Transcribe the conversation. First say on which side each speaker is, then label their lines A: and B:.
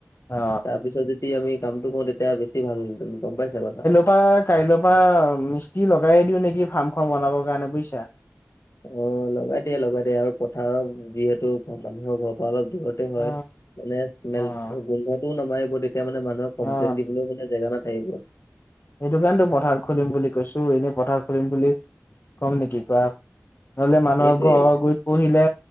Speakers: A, on the left; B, on the left.
A: অ
B: তাৰ পিছত যদি আমি কামটো কৰোঁ তেতিয়া বেছি ভাল হ'ল হেতেন। গম পাইছা কথা
A: অহা কাইলৈৰ পৰা মিস্ত্ৰী লগাই দিও নেকি ফাৰ্ম খন বনাবৰ কাৰণে বুজিছা।
B: অ লগাই দিয়া লগাই দিয়া আৰু পথাৰত যিহেতু মানুহৰ ঘৰৰ পৰা অলপ দূৰত এইটো
A: অ
B: হয় মানে স্মেলটো
A: অ
B: গোন্ধটোও নামাৰিব তেতিয়া মানে মানুহক
A: অ
B: কমপ্লেইন দিবলৈও মানে জেগা নাথাকিব।
A: সেইটো কাৰণেতো পথাৰত খুলিম বুলি কৈছো এনেই পথাৰত খুলিম বুলি কম নেকি কোৱা? নহলে মানুহৰ
B: সেইটোৱে
A: ঘৰত গুৰিত পুহিলে